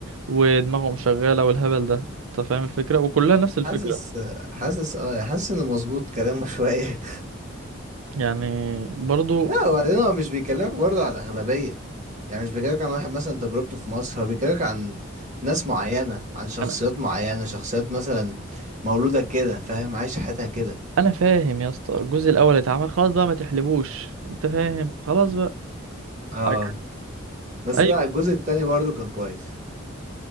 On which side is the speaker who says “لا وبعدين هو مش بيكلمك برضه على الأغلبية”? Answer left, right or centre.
Right